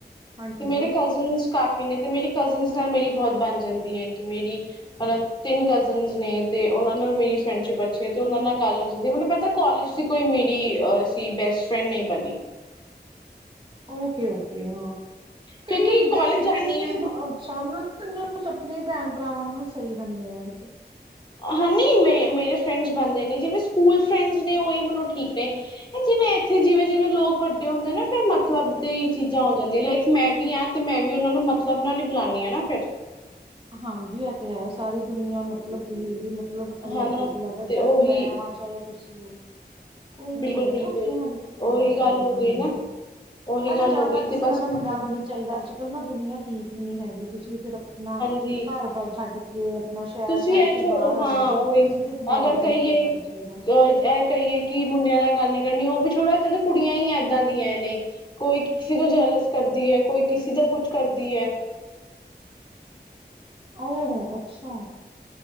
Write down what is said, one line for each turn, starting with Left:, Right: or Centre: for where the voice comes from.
Right: ਹਾਂਜੀ
Left: ਤੇ ਮੇਰੇ ਕਜ਼ਨ ਕਾਫੀ ਇਨੇ ਤੇ ਮੇਰੀ ਕਜ਼ਨ ਨਾਲ ਮੇਰੀ ਬਹੁਤ ਬਣ ਜਾਂਦੀ ਹੈ। ਕਿ ਮੇਰੀ ਮਤਲਬ ਤਿੰਨ ਕਜ਼ਨ ਨੇ ਤੇ ਉਹਨਾਂ ਨਾਲ ਮੇਰੀ ਫਰੈਂਡਸ਼ਿਪ ਅੱਛੀ ਹੈ ਤੇ ਉਹਨਾਂ ਨਾਲ ਗੱਲ ਹੋ ਜਾਂਦੀ ਹੈ ਮਤਲਬ ਮੈਂ ਤਾਂ ਕਾਲੇਜ ਦੀ ਕੋਈ ਮੇਰੀ ਅ ਸੀ ਬੈਸਟ ਫਰੈਂਡ ਨਹੀਂ ਬਣੀ
Right: ਓਕ। ਓਕੇ- ਓਕੇ, ਹਾਂ। ਕਈ
Left: ਕਿਉਂਕਿ
Right: ਹਦੇ
Left: ਕਾਲਜ
Right: ਨੇ
Left: ਜਾਂਦੀ
Right: ਕਈ ਨੇ
Left: ਹਾਂ
Right: ਬ ਅੱਛਾ ਉਹਨਾ ਨ ਆਪਣੇ ਭੈਣ ਭਰਾਵਾਂ ਨਾਲ ਸਹੀ ਰਹਿੰਦੇ ਆ ਵੇ
Left: ਹਾ ਨੀ ਮ ਮੇਰੇ ਫਰੈਂਡਸ ਬਣਦੇ ਨੇ ਜਿਵੇ ਸਕੂਲ ਫੈਂਡ ਨੇ ਉਹੀ ਮੈਨੂੰ ਠੀਕ ਨੇ ਜਿਵੇ ਇਥੇ ਜਿਵੇ ਜਿਵੇਂ ਲੋਕ ਵੱਡੇ ਹੁੰਦੇ ਨੀ ਫੇਰ ਮਤਲਬ ਦੇ ਚੀਜ਼ਾਂ ਹੋ ਜਾਂਦੀਆਂ ਲਾਇਕ ਮੈਂ ਵੀ ਹਾਂ ਤੇ ਮੈਂ ਵੀ ਉਹ ਨੂੰ ਮਤਲਬ ਨਾਲ ਹੀ ਬੁਲਾਦੀ ਹਾ ਫੇਰ
Right: ਹਾਂਜੀ ਇਹ ਤੇ ਹੈ ਸਾਰੀ ਦੁਨੀਆਂ ਮਤਲਬ ਦੀ ਹੀ ਹੈ ਮਤਲਬ ਮਤਲਬ ਨਾਲ
Left: ਹਨਾ
Right: ਹਰ ਕੋਈ ਬੁਲਾਦਾ ਚਾਹੇ
Left: ਤੇ ਉਹੀ
Right: ਉਹ ਮੈਂ ਵਾਂ ਚਾਹੇ ਉਹ ਤੁਸੀਂ ਉਹ ਕੋਈ ਵੀ
Left: ਬਿਲਕੁਲ
Right: ਹੈ
Left: ਬਿਲਕੁਲ
Right: ਨਾ ਆਪਣੇ ਹਰੇਕ ਆਪਣੇ
Left: ਉਹੀ
Right: ਮਤਲਬ
Left: ਗੱਲ ਹੋ
Right: ਨਾਲ
Left: ਗਈ
Right: ਹੁੰਦਾ
Left: ਨਾ
Right: ਏ।
Left: ਉਹੀ
Right: ਅੱਛਾ
Left: ਗੱਲ
Right: ਜ਼ਿਆਦਾ
Left: ਹੋ ਗਈ
Right: ਕਿਸੇ
Left: ਤੇ
Right: ਨਾਲ
Left: ਬਸ
Right: ਰੱਖਣਾ
Left: ਮਤਲਬ
Right: ਵੀ ਨਹੀਂ ਚਾਹੀਦਾ ਅੱਜ। ਪਹਿਲਾ ਦੁਨੀਆਂ ਠੀਕ ਵੀ ਨੀ ਹੈਗੀ ਤੁਸੀਂ ਫਿਰ ਆਪਣਾ
Left: ਜੀ
Right: ਘਰ ਬਾਰ ਛੱਡ ਕੇ ਆਪਣਾ ਸ਼ਹਿਰ
Left: ਤੁਸੀਂ
Right: ਛੱਡ
Left: ਇਹ
Right: ਕੇ
Left: ਚ
Right: ਬਾਹਰ
Left: ਹਾਂ
Right: ਆਏ ਦੇ
Left: ਓਹੀ
Right: ਹੋ ਤੇ ਕਿਸੇ ਤੇ ਇਤਬਾਰ
Left: ਅਗਰ
Right: ਵੀ
Left: ਕਹੀਏ
Right: ਨਹੀਂ ਕਰਨਾ
Left: ਅਹ
Right: ਚਾਹੀਦਾ।
Left: ਇਹ ਕਹੀਏ ਕਿ ਮੁੰਡਿਆਂ ਨਾਲ ਗੱਲ ਨੀ ਕਰਨੀ ਉਹ ਛੋੜਾ ਇੱਥੇ ਤਾਂ ਕੁੜੀਆਂ ਹੀ ਏਦਾਂ ਦੀਆਂ ਨੇ ਕੋਈ ਕਿਸੇ ਦਾ ਜੈਲਸ ਕਰਦੀ ਹੈ ਕੋਈ ਕਿਸੇ ਦਾ ਕੁਛ ਕਰਦੀ ਹੈ।
Right: ਓ ਹੋ ਅੱਛਾ।